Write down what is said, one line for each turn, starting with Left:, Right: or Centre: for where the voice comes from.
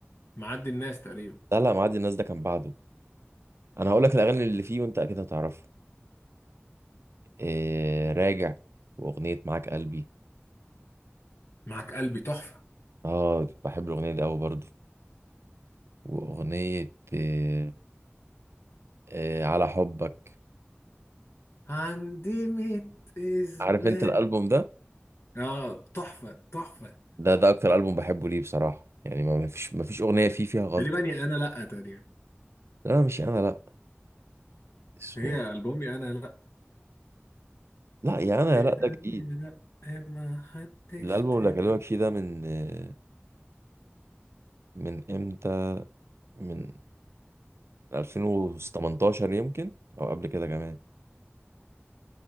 Left: مع عبد الناس تقريبا
Right: لا لا معدي الناس ده كان بعده انا هقول لك الاغاني اللي فيه وانت اكيد هتعرفها إيه راجع واغنية معاك قلبي
Left: معك قلبي تحفة
Right: اه بحب الاغنية دي اوي برضه واغنية إيه إيه على حبك
Left: عندي ميت إثبات
Right: عارف انت الالبوم ده
Left: اه تحفة تحفة
Right: ده ده اكتر البوم بحبه ليه بصراحة يعني ما ما فيش ما فيش اغنية فيه فيها غلطة
Left: تقريبا يا أنا لأ تقريبا
Right: لا مش انا لا اسمه
Left: هي
Right: إيه؟
Left: ألبوم يا أنا لأ
Right: لا يا انا
Left: يا
Right: يا
Left: أنا
Right: لا ده جديد
Left: لأ إيه ما حدش
Right: الالبوم
Left: تاني
Right: اللي اكلمك فيه ده من آه، من امتى من 2018 يمكن او قبل كده كمان